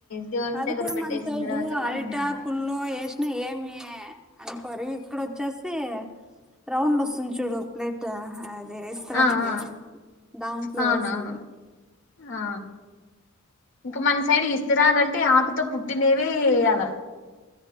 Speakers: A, on the left; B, in the centre.
A: దేవుని
B: అది
A: దగ్గర
B: కూడాడ
A: పెట్టేసిన
B: మన సైడు
A: తర్వాత
B: ఆరిటా
A: మనం తింటాం
B: కుళ్ళు ఎస్ ఏమి అనుకోరు ఇక్కడ వచ్చసి రౌండ్ వస్తుంది చూడు ప్లేట్ ఇస్త్రాది
A: ఆ ఆ
B: దాంట్లో
A: అవునవును
B: వేసది
A: ఆ ఇంక మన సైడ్ ఇస్తుఆకుతో కుట్టినేవే వేయ్యాల